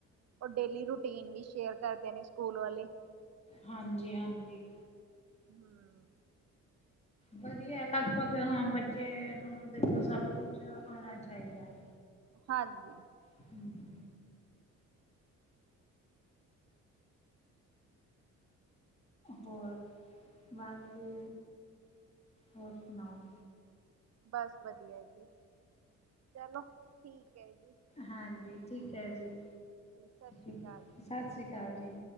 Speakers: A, on the right; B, on the left.
A: ਉਹ ਡੇਲੀ ਰੂਟੀਨ ਵੀ ਸ਼ੇਅਰ ਕਰਦੇ ਨੇ ਸਕੂਲ ਵਾਲੇ
B: ਹਾਂਜੀ-ਹਾਂਜੀ।
A: ਹਮ।
B: ਵਧੀਆ ਲਗਭਗ ਹਾਂ ਬੱਚੇ ਨੂੰ ਦੇਖੋ ਸਭ ਕੁਛ ਆਉਣਾ ਚਾਹੀਦਾ ਹੈ
A: ਹਾਂਜੀ
B: ਹਮ <unintelligible> ਹੋਰ ਬਸ ਜੀ ਹੋਰ ਸੁਣਾਓ
A: ਬਸ ਵਧੀਆ ਜੀ ਚਲੋ ਠੀਕ ਹੈ ਜੀ
B: ਹਾਂਜੀ ਠੀਕ ਹੈ ਜੀ
A: ਜੀ ਸ਼੍ਰੀ
B: ਸਤਿ
A: ਅਕਾਲ ਜੀ
B: ਸ਼੍ਰੀ ਅਕਾਲ ਜੀ